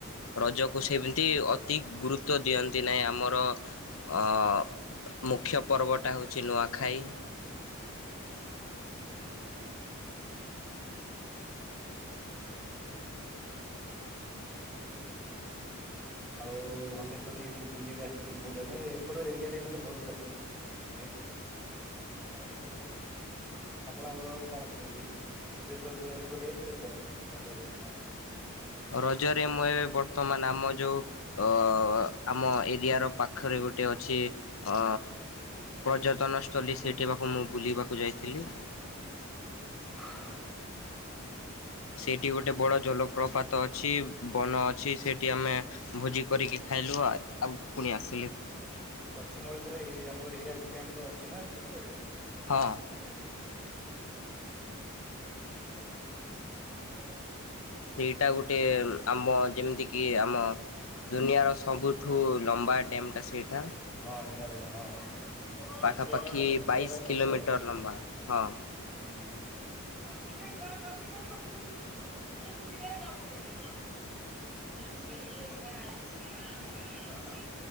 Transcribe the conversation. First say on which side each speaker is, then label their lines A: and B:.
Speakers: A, on the left; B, in the centre.
A: ରଜକୁ ସେମିତି ଅତି ଗୁରୁତ୍ୱ ଦିଅନ୍ତି ନାହିଁ ଆମର ଅ ମୁଖ୍ୟ ପର୍ବଟା ହେଉଛି ନୂଆଖାଇ।
B: ଆଉ ଘଣ୍ଟେଶ୍ୱରୀ ଏମିତି ବୁଲିକି ଆସିଥିଲି ବୁର୍ଲା ଠାରେ ଏପଟ ଏରିଆ ଟା ମତେ ବହୁତ ଗେ ଆଉ ଆପଣଙ୍କର କଣ କେମିତି ଏବେ କୁଆଡେ ବୁଲାବୁଲି କରି ଯାଇଥିଲେ ତୋର ରଜରେ ନାଇଁ?
A: ରଜରେ ମୁଁ ଏବେ ବର୍ତ୍ତମାନ ଆମ ଯୋଉ ଅ ଆମ ଏରିଆର ପାଖରେ ଗୋଟେ ଅଛି ଅ ପର୍ଯ୍ୟଟନ ସ୍ଥଳୀ ସେଇଠି ପାକୁ ମୁଁ ବୁଲିବାକୁ ଯାଇଥିଲି।
B: ଆଚ୍ଛା ଆଚ୍ଛା।
A: ସେଇଠି ଗୋଟେ ବଡ ଜଲପ୍ରପାତ ଅଛି। ବନ ଅଛି ସେଠି ଆମେ ଭୋଜି କରିକି ଖାଇଲୁ ଆ ଆଉ ପୁଣି ଆସିଲୁ।
B: ପଶ୍ଚିମ ଓଡ଼ିଶାରେ ଇଏ ଆମର ହୀରାକୁଦ ଡ୍ୟାମ୍ ତ ଅଛି ନା ସେପଟ ଙ୍ଗରେ
A: ହଁ।
B: <unintelligible> <unintelligible>
A: ସେଇଟା ଗୋଟେ ଆମ ଯେମିତି କି ଆ ଆମ ଦୁନିଆର ସବୁଠୁ ଲମ୍ବା ଡ୍ୟାମ୍ ଟା ସେଇଟା
B: ହଁ ହିରାଗୋଡ଼ ହଁ
A: ପାଖାପାଖି
B: ଏସିଆର ଏସିଆର
A: ବାଇଶ
B: ସବୁଠାରୁ
A: କିଲୋମିଟର ଲମ୍ବା ହଁ।
B: <unintelligible> <unintelligible>